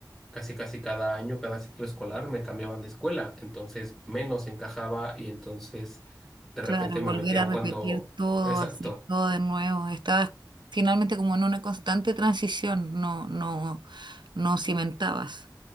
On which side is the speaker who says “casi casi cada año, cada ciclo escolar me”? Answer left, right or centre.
Centre